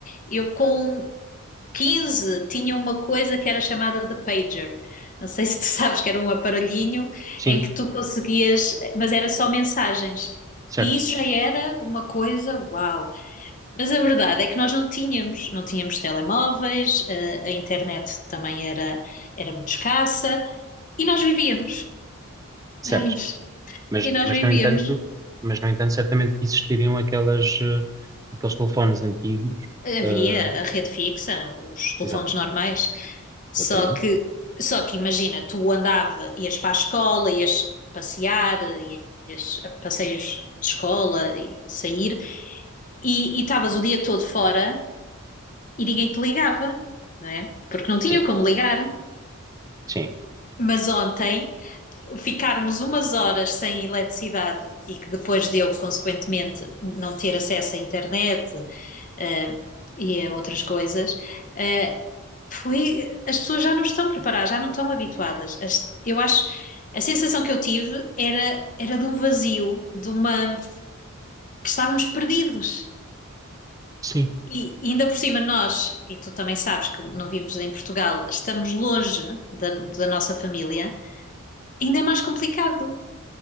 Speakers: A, on the left (about 35°); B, on the right (about 15°).
A: Eu com Quinze tinha uma coisa que era chamada de pager. Não sei se tu <laughs> sabes que era um aparelhinho
B: sim,
A: em que tu conseguias, mas era só mensagens.
B: certo,
A: E isso já era uma coisa, uau! Mas a verdade é que nós não tínhamos, não tínhamos telemóveis, eh, a internet também era, era muito escassa e nós vivíamos.
B: certo.
A: Mas-
B: Mas,
A: E nós
B: mas
A: vivíamos.
B: no entanto, mas no entanto, certamente que existiriam aquelas, eh, aqueles telefones antigos.
A: Havia
B: ah,
A: a rede fixa, os telefones
B: exato,
A: normais,
B: exatamente.
A: só que, só que imagina, tu andava, ias para a escola, ias passear, ias a passeios de escola e sair, e e estavas o dia todo fora e ninguém te ligava, não é? Porque não tinham
B: Sim,
A: como ligar.
B: sim,
A: Mas ontem, ficarmos umas horas sem eletricidade e que depois deu, consequentemente, não ter acesso à internet, eh, e a outras coisas, eh, foi, as pessoas já não estão preparadas, já não estão habituadas. As- eu acho, a sensação que eu tive era, era de um vazio, de uma, que estávamos perdidos.
B: sim,
A: E ainda por cima nós, e tu também sabes que não vives em Portugal, estamos longe da, da nossa família, ainda é mais complicado.